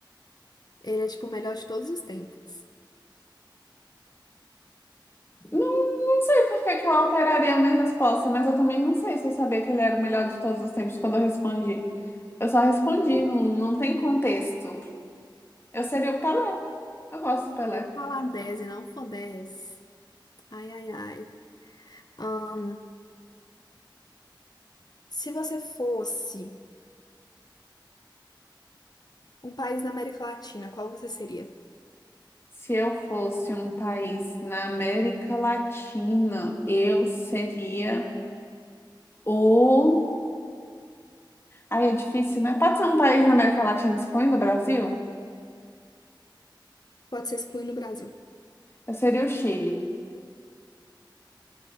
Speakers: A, on the left; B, on the left.
A: Ele é tipo o melhor de todos os tempos.
B: Não, não sei por que que eu alteraria a minha resposta, mas eu também não sei se eu sabia que ele era o melhor de todos os tempos quando eu respondi. Eu só respondi,
A: Hum, se
B: não, não tem contexto. Eu seria o Pelé. Eu gosto do Pelé.
A: eu falar 10 e não for 10, ai ai ai. Ah, se você fosse um país da América Latina, qual você seria?
B: Se eu fosse um país na América Latina, eu seria o Aí é difícil, né? Pode ser um país na América Latina excluindo o Brasil?
A: Pode ser excluindo o Brasil.
B: Eu seria o Chile.